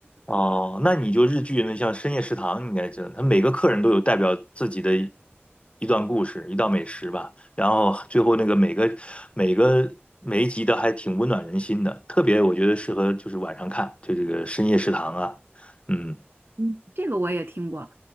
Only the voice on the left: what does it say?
哦，那你就日剧那像深夜食堂，你应该知道，他每个客人都有代表自己的一段故事，一道美食吧。然后最后那个每个每个每一集的还挺温暖人心的，特别我觉得适合就是晚上看，就这个深夜食堂啊，嗯。